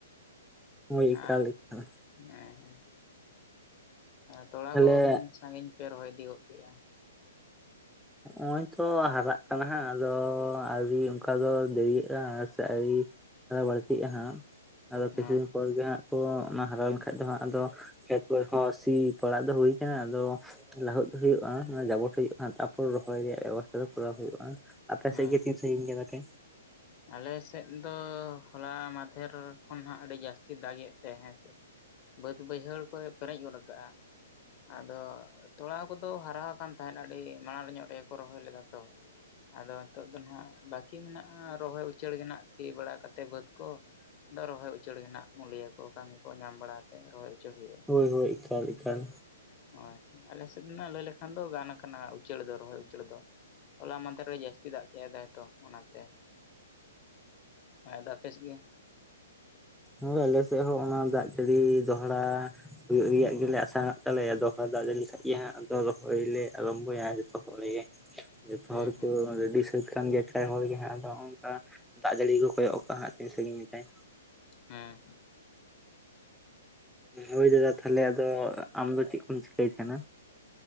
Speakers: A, in the centre; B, on the left.
A: ᱦᱚᱭ ᱮᱠᱟᱞ
B: ᱟᱸ
A: ᱮᱠᱟᱞ,
B: ᱦᱮᱸ ᱦᱮᱸ᱾ ᱛᱚᱲᱟ
A: ᱛᱟᱦᱞᱮ
B: ᱠᱚ ᱛᱤᱱ ᱥᱟᱺᱜᱤᱧ ᱯᱮ ᱨᱚᱦᱚᱭ ᱤᱫᱤ ᱜᱚᱫ ᱠᱮᱜ-ᱟ?
A: ᱱᱚᱜᱼᱚᱭ ᱛᱚ ᱦᱟᱨᱟᱜ ᱠᱟᱱᱟ ᱦᱟᱸᱜ ᱟᱫᱚ ᱟᱹᱣᱨᱤ ᱚᱱᱠᱟ ᱫᱚ ᱫᱟᱹᱨᱭᱟᱹᱜ-ᱟ ᱥᱮ ᱟᱹᱣᱨᱤ, ᱵᱟᱹᱲᱛᱤᱜ-ᱟ ᱦᱟᱸᱜ ᱟᱫᱚ
B: ᱦᱮᱸ
A: ᱠᱤᱪᱷᱩ ᱫᱤᱱ ᱯᱚᱨ ᱜᱮ ᱦᱟᱸᱜ ᱚᱱᱟ ᱦᱟᱨᱟ ᱞᱮᱱᱠᱷᱟᱡ ᱫᱚ ᱦᱟᱜ ᱟᱫᱚ ᱠᱷᱮᱛ ᱠᱚᱨᱮ ᱦᱚᱸ ᱥᱤ ᱯᱟᱲᱟᱜ ᱫᱚ ᱦᱩᱭ ᱠᱟᱱᱟ ᱟᱫᱚ ᱞᱟᱹᱦᱩᱫ ᱦᱩᱭᱩᱜ-ᱟ ᱚᱱᱟ ᱡᱟᱵᱚᱴ ᱦᱩᱭᱩᱜ-ᱟ ᱛᱟᱯ ᱯᱚᱨ ᱨᱚᱦᱚᱭ ᱨᱮᱭᱟᱜ ᱵᱮᱵᱚᱥᱛᱷᱟ ᱫᱚ ᱠᱚᱨᱟᱣ ᱦᱩᱭᱩᱜ-ᱟ ᱟᱯᱮᱥᱮᱫ
B: ᱦᱮᱸ
A: ᱜᱮ
B: ᱦᱮᱸ
A: ᱛᱤᱧ ᱥᱟᱺᱜᱤᱧ ᱠᱮᱫᱟᱯᱮ᱾
B: ᱟᱞᱮ ᱥᱮᱫ ᱫᱚ ᱦᱚᱞᱟ ᱢᱟᱫᱷᱮᱨ ᱠᱷᱚᱱ ᱦᱟᱸᱜ ᱟᱹᱰᱤ ᱡᱟᱹᱥᱛᱤ ᱫᱟᱜᱮᱫ ᱛᱮ ᱦᱮᱸ ᱥᱮ ᱵᱟᱹᱫ ᱵᱟᱹᱭᱦᱟᱹᱲ ᱠᱚᱭ ᱯᱮᱨᱮᱡ ᱜᱚᱫ ᱠᱟᱫᱟᱜ-ᱟ᱾ ᱟᱫᱚ ᱛᱚᱲᱟ ᱠᱚᱫᱚ ᱦᱟᱨᱟ ᱟᱠᱟᱱ ᱛᱟᱦᱮᱸᱫ ᱟᱹᱰᱤ ᱢᱟᱲᱟᱝ ᱧᱚᱜ ᱨᱮᱜᱮ ᱠᱚ ᱨᱚᱦᱚᱭ ᱞᱮᱫᱟ ᱛᱚ᱾ ᱟᱫᱚ ᱱᱤᱛᱚᱜ ᱫᱚ ᱦᱟᱜ ᱵᱟᱠᱤ ᱢᱮᱱᱟᱜ-ᱟ ᱨᱚᱦᱚᱭ ᱩᱪᱟᱹᱲ ᱜᱮ ᱱᱟᱦᱟᱜ, ᱥᱤ ᱵᱟᱲᱟ ᱠᱟᱛᱮ ᱵᱟᱹᱫᱽ ᱠᱚ ᱟᱫᱚ ᱨᱚᱦᱚᱭ ᱩᱪᱟᱹᱲ ᱜᱮ ᱱᱟᱦᱟᱜ ᱢᱩᱞᱤᱭᱟᱹ ᱠᱚ ᱠᱟᱹᱢᱤ ᱠᱚ ᱧᱟᱢ ᱵᱟᱲᱟ ᱠᱟᱛᱮ ᱨᱚᱦᱚᱭ ᱩᱪᱟᱹᱲ ᱦᱩᱭᱩᱜ-ᱟ᱾
A: ᱦᱳᱭ ᱦᱳᱭ ᱮᱠᱟᱞ ᱮᱠᱟᱞ᱾
B: ᱦᱳᱭ ᱟᱞᱮ ᱥᱮᱫ ᱨᱮᱱᱟᱜ ᱞᱟᱹᱭ ᱞᱮᱠᱷᱟᱱ ᱫᱚ ᱜᱟᱱ ᱠᱟᱱᱟ ᱩᱪᱟᱹᱲ ᱫᱚ ᱨᱚᱦᱚᱭ ᱩᱪᱟᱹᱲ ᱫᱚ᱾ ᱦᱚᱞᱟ ᱢᱟᱫᱷᱮᱨ ᱟᱨᱦᱚᱸ ᱡᱟᱹᱥᱛᱤ ᱫᱟᱜ ᱠᱮᱫ-ᱟᱭ ᱛᱚ ᱚᱱᱟᱛᱮ᱾ ᱦᱮᱸ ᱟᱫᱚ ᱟᱯᱮᱥᱮᱫ ᱜᱮ?
A: ᱦᱚᱭ ᱟᱞᱮᱥᱮᱫ ᱦᱚᱸ ᱚᱱᱟ ᱫᱟᱜ ᱡᱟᱲᱤ ᱫᱚᱦᱲᱟ ᱦᱩᱭᱩᱜ ᱨᱮᱭᱟᱜ ᱜᱮᱞᱮ ᱟᱥᱟ ᱦᱟᱜ ᱛᱟᱞᱮ ᱟᱨ ᱫᱚᱦᱲᱟ ᱫᱟᱜ ᱡᱟᱹᱲᱤ ᱞᱮᱠᱷᱟᱡ ᱜᱮ ᱦᱟᱸᱜ ᱟᱫᱚ ᱨᱚᱦᱚᱭ ᱞᱮ ᱟᱨᱢᱵᱷᱚᱭᱟ ᱡᱚᱛᱚ ᱠᱚᱜᱮ ᱦᱚᱲᱜᱮ᱾ ᱡᱚᱛᱚ
B: ᱦᱮᱸ
A: ᱦᱚᱲ
B: ᱦᱮᱸ
A: ᱠᱚ ᱨᱮᱰᱤ ᱥᱟᱹ ᱥᱟᱹᱛ ᱠᱷᱟᱱ ᱜᱮ ᱠᱟᱭ ᱦᱚᱲᱜᱮ ᱦᱟᱸᱜ ᱟᱫᱚ ᱦᱚᱸᱜ-ᱚ ᱱᱚᱝᱠᱟ ᱫᱟᱜ ᱡᱟᱹᱲᱤ ᱜᱮᱠᱚ ᱠᱚᱭᱚᱜ ᱠᱟᱜᱼᱟ ᱦᱟᱸᱜ ᱛᱤᱱ ᱥᱟᱺᱜᱤᱧ ᱫᱟᱭ?
B: ᱦᱮᱸ
A: ᱦᱳᱭ ᱫᱟᱫᱟ ᱛᱟᱦᱚᱞᱮ ᱟᱫᱚ ᱟᱢ ᱫᱚ ᱪᱮᱫ ᱠᱚᱢ ᱪᱤᱠᱟᱹᱭ ᱛᱟᱦᱮᱸᱱᱟ?